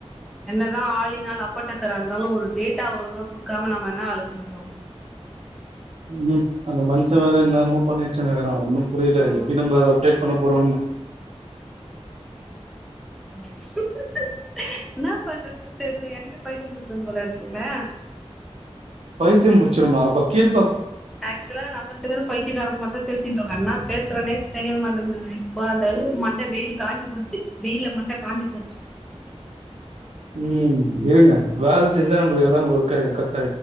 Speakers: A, in the centre; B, on the right.
A: என்னதா ஆளினாள் அப்பாட்டக்கரா இருந்தாலு ஒரு டேட்டா ஒங்ழுகா குடுக்காம நம்ம என்ன வேல செய்ய முடியு
B: ம் அந்த மனுஷ வேற இன்னமு பண்ணிச் <unintelligible> ஒன்னும் புரியல
A: ம்
B: எப்டி நம்ப அத அப்டேட் பண்ண போறோன்னு
A: <unintelligible> இன்னப் பண்றதுன்னு தெரிலயே எனக்கே பத்தியம் புடிச் போல இருக்குங்கள
B: பைத்தியம் புடுச்சுருமா அப்போ கீழ்
A: ஆக்ஸ்சுலா நம்ம ரெண்டு பேரு பைத்தியக்காரங்க மாரிதா பேசிட் உட்காருணா பேஸ் என்ன சொல்றன்னே தெரிய மாட்டேங்குது இப்ப அந்த அளவு மண்ட வெயில் காஞ்சி போ ச்சு வெயில மண்ட காஞ்சி போச்சு
B: ம் இருங்க வேல செஞ்சா <unintelligible> எல்லா ஒர்க் ஆயிரு கரெக்